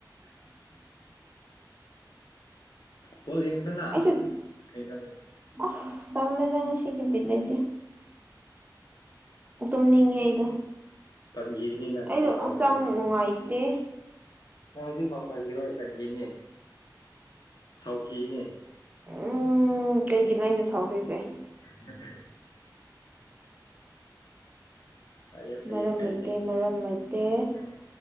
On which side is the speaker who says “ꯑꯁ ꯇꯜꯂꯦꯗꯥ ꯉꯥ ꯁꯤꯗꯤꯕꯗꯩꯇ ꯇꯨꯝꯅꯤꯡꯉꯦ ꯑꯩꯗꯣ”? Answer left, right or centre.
Right